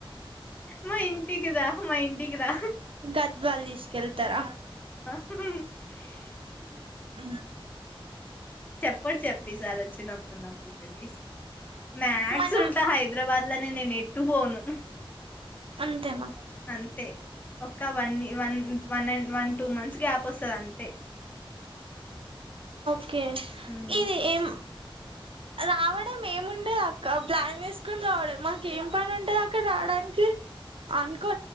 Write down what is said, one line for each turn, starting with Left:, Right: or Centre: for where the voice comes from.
Left: మా ఇంటికిదా మా ఇంటికిదా
Right: గద్వాల్ తీసుకెళ్తారా
Left: మ్.. హు. హుమ్
Right: అ
Left: అప్పుడు చెప్పు ఈ సారి వచ్చినప్పుడు నాకు ఒకటి మ్యాగ్స్
Right: మనం
Left: ఉంటా హైదరాబాద్ లోనే నేను ఎట్టు పోను
Right: అంతేనా
Left: అంటే ఒ one one one and one two months gap వస్తుంది అంతే
Right: ఓకే
Left: హ్మ్.
Right: ఇది ఏం హె రావడ మేముండ ఒకప్లాన్ వేసుకొని రావడం మాకు ఏం పని ఉంటది అక్కడ రావడానికి అనుకో